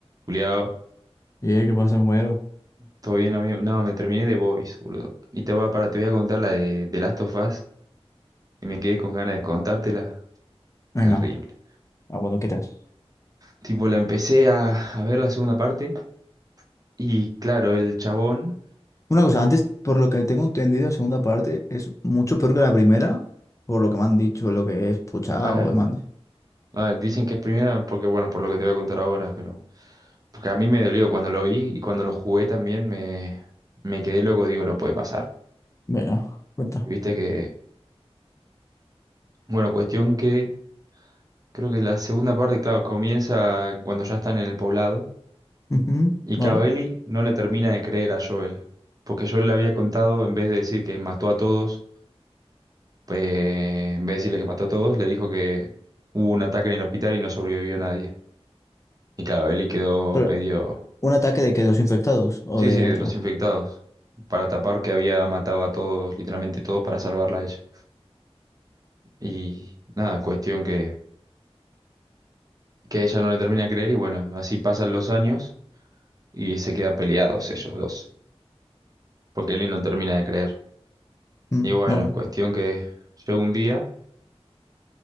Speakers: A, on the right (about 35°); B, on the left (about 30°).
A: Juliado,
B: Y eh, ¿qué pasa, compañero?
A: ¿todo bien, amigo? No, me terminé de Boys, boludo. Y te va para, te voy a contar la de, de Last of Us, y me quedé con ganas de contártela.
B: Venga,
A: Terrible.
B: a cuando quieras.
A: Tipo, la empecé a, a ver la segunda parte, y claro, el chabón.
B: Una cosa, antes, por lo que tengo entendido, la segunda parte es mucho peor que la primera, por lo que me han dicho, lo que he escuchado
A: A ver,
B: o demás.
A: a ver, dicen que es primera, porque bueno, por lo que te voy a contar ahora, pero. Porque a mí me dolió cuando lo vi y cuando lo jugué también me, me quedé loco, digo, no puede pasar.
B: Venga, cuenta.
A: Viste que. Bueno, cuestión que. Creo que la segunda parte, claro, comienza cuando ya están en el poblado.
B: Ujú.
A: Y
B: ¿Vale?
A: que a Ellie no le termina de creer a Joel, porque Joel le había contado, en vez de decir que mató a todos, pues, en vez de decirle que mató a todos, le dijo que hubo un ataque en el hospital y no sobrevivió nadie. Y claro, Ellie quedó
B: Pero,
A: medio,
B: ¿un ataque de que ¿De los infectados o
A: sí,
B: de
A: sí, de
B: otro?
A: los infectados, para tapar que había matado a todos, literalmente todos, para salvarla a ella. Y nada, cuestión que, que ella no le termina de creer y bueno, así pasan los años y se quedan peleados ellos dos, porque Ellie no termina de creer.
B: Mm,
A: Y bueno,
B: vale.
A: cuestión que llega un día